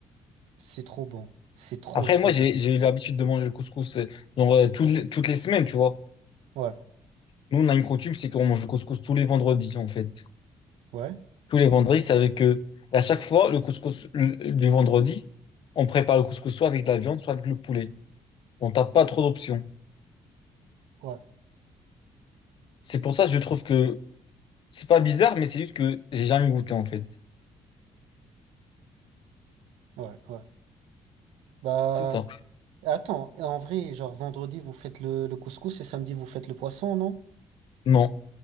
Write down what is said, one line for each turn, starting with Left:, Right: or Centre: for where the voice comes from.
Right: C'est trop bon. C'est trop,
Left: Après,
Right: trop
Left: moi, j'ai,
Right: bon.
Left: j'ai eu l'habitude de manger le couscous, euh, genre, euh, toutes les, toutes les semaines, tu vois.
Right: Ouais,
Left: Nous, on a une coutume, c'est qu'on mange le couscous tous les vendredis, en fait.
Right: ouais,
Left: Tous les vendredis, c'est avec eux. Et à chaque fois, le couscous le- du vendredi, on prépare le couscous soit avec de la viande, soit avec le poulet. On n'a pas trop d'options.
Right: ouais,
Left: C'est pour ça que je trouve que c'est pas bizarre, mais c'est juste que j'ai jamais goûté, en fait.
Right: ouais, ouais. Bah,
Left: C'est ça.
Right: Attends, en vrai, genre vendredi, vous faites le, le couscous et samedi, vous faites le poisson, non?
Left: Non,